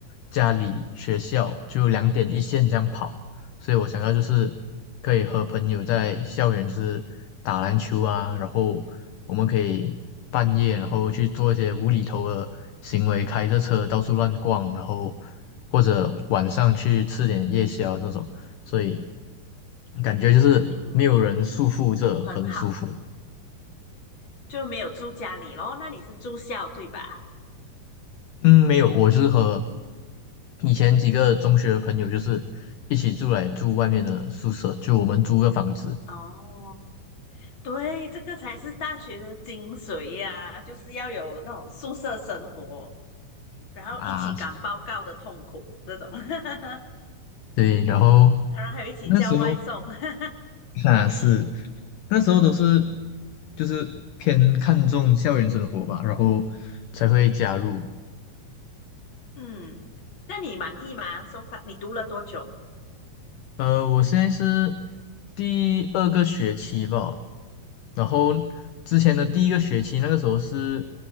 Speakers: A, on the left; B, on the left.
A: 家里学校就两点一线这样跑，所以我想要就是可以和朋友在校园就是打篮球啊，然后我们可以半夜然后去做一些无厘头的行为，开着车到处乱逛，然后或者晚上去吃点夜宵这种，所以感觉就是没有人束缚着，
B: 嗯，嗯，很好，
A: 很舒服。
B: 就没有住家里咯。那你是住校对吧？
A: 嗯，没有，我是和以前几个中学的朋友，就是一起住来住外面的宿舍，就我们租个房子
B: 哦，对，这个才是大学的精髓呀、就是要有那种宿舍生活，然后一起赶报告的痛苦那种，
A: 啊，
B: <laughs>
A: 对，然后
B: 当然还有一起叫外送。
A: 那时候
B: <laughs>
A: 啊是
B: 嗯，
A: 那时候都是就是偏看重校园生活吧，然后才会加入。
B: 嗯，那你满意吗？So far，你读了多久？
A: 呃，我现在是第二个学期吧，然后之前的第一个学期那个时候是
B: 嗯，